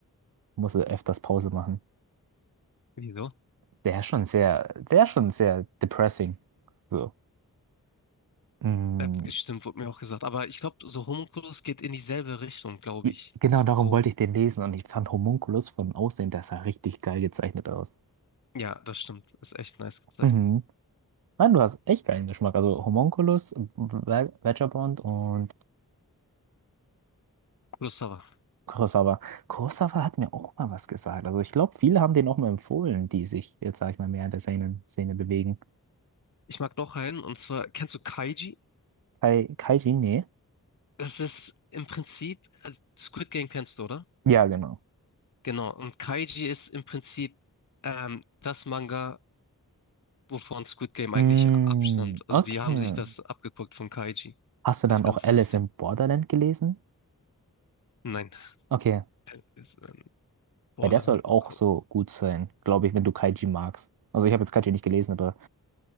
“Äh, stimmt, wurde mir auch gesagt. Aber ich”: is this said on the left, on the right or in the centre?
Left